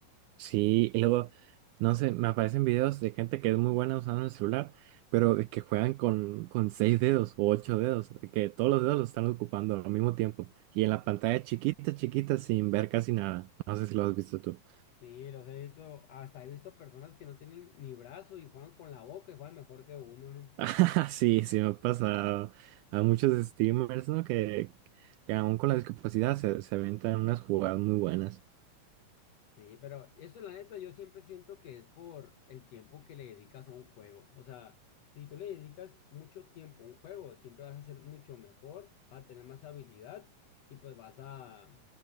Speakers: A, on the right (about 90°); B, on the left (about 70°).
A: Sí, y luego, no sé, me aparecen videos de gente que es muy buena usando el celular, pero de que juegan con, con seis dedos o ocho dedos, de que todos los dedos los están ocupando al mismo tiempo y en la pantalla chiquita, chiquita, sin ver casi nada. No sé si lo has visto tú.
B: Sí, los he visto, hasta he visto personas que no tienen ni brazo y juegan con la boca y juegan mejor que uno, ¿no?
A: <laughs> Ah, sí, sí me ha pasado a muchos streamers, ¿no? Que, que aún con la discapacidad se, se aventan unas jugadas muy buenas.
B: Sí, pero eso la neta yo siempre siento que es por el tiempo que le dedicas a un juego. O sea, si tú le dedicas mucho tiempo a un juego, siempre vas a ser mucho mejor, vas a tener más habilidad y pues vas a,